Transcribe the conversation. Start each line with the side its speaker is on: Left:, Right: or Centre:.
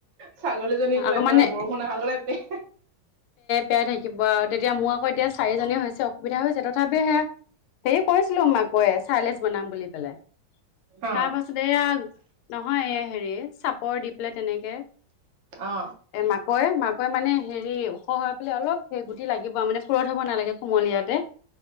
Right: ছাগলীজনীতো
Left: আকৌ
Right: একেবাৰে
Left: মানে
Right: বৰষুণ নহ গলে
Left: পাই থাকিব আৰু তেতিয়া মোৰ আকৌ এতিয়া চাৰিজনী হৈছে অসুবিধা হৈছে তথাপি সেয়া সে কৈছিলো মাকৈয় চাইলেছ বনাম বুলি পেলাই
Right: অ
Left: তাৰ পাছত এইয়া নহয় এই হেৰি চাপৰ দি পেলাই তেনেকে
Right: অ
Left: এ মাকৈ মাকৈ মানে হেৰি ওখ বোলে অলপ সে গুটি লাগিব মানে পুৰত হ'ব নালাগে কুমলীয়াাতে